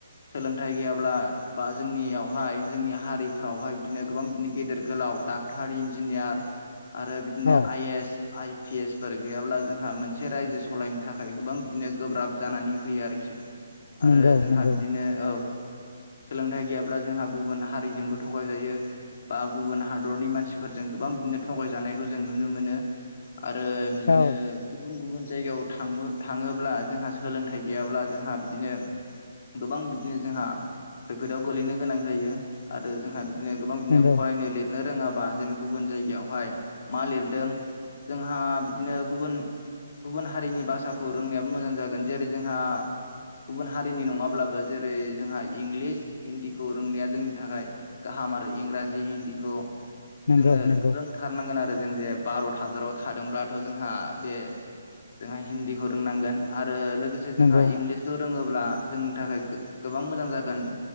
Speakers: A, on the left; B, on the left.
A: सोलोंथाइ गैयाब्ला बा जोंनियावहाय जोंनि हारिफ्रावहाय बिदिनो गोबां बिदिनो गेदेर गोलाव डाक्टार इन्जिनियार आरो बिदिनो
B: औ
A: I A S I P S four गैयाब्ला जोंहा मोनसे रायजो सालायनो थाखाय गोबां बिदिनो गोब्राब जानानै फैयो आरोखि आरो
B: नंगौ
A: जोंहा
B: नंगौ
A: बिदिनो औ सोलोंथाइ गैयाब्ला जोंहा गुबुन हारिजोंबो थगायजायो बा गुबुन हादरनि मानसिफोरजों गोबां बिदिनो थगायजानायखौ जों नुनो मोनो आरो बिदिनो
B: औ
A: गुबुन गुबुन जायगायाव थां थाङोब्ला जोंहा सोलोंथाइ गैयाब्ला जोंहा बिदिनो गोबां बिदिनो जोंहा खैफोदाव गोलैनो गोनां जायो आरो जोंहा बिदिनो गोबां बिदिनो
B: नंगौ
A: फरायनो लिरनो रोङाबा जेन गुबुन जायगायावहाय मा लिरदों? जोंहा बिदिनो गुबुन गुबुन हारिनि भाषाखौ रोंनायाबो मोजां जागोन जेरै जोंहा गुबुन हारिनि नङाब्लाबो जेरै जोंहा इंलिस हिन्दीखौ रोंनाया जोंनि थाखाय गाहाम आरो इंराजि हिन्दीखौ जोङो
B: नंगौ नंगौ
A: रों थारनांगोन आरो जों जे भार'त हाजाराव थादोंब्लाथ' जोंहा बे जोंहा हिन्दीखौ रोंनांगोन आरो लोगोसे से जोंहा
B: नंगौ
A: इंलिसखौ रोङोब्ला जोंनि थाखाय गोबां मोजां जागोन